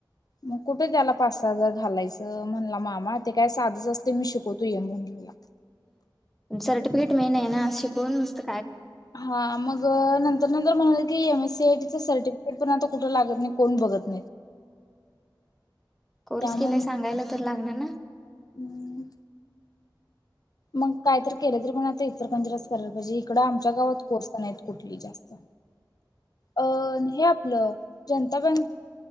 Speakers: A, on the left; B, in the centre.
A: मग कुठे त्याला पाच-सहा हजार घालायचं. म्हणला मामा ते काय साधच असतंय मी शिकवतो ये म्हणाला
B: सर्टिफिकेट मेन आहे ना शिकवून नुस्त
A: हा मग नंतर-नंतर म्हणाले की M S C I T चं सर्टिफिकेट पण आता कुठ लागत नाही, कोण बघत नाही
B: कोर्स
A: त्यामुळे
B: केलाय सांगायला तर लागणार ना?
A: मग मग काय तर केलं तरी आता इचलकरंजीलाच करायला पाहिजे, इकडं आमच्या गावात कोर्स नाहीत कुठली जास्त अ हे आपलं जनता बँक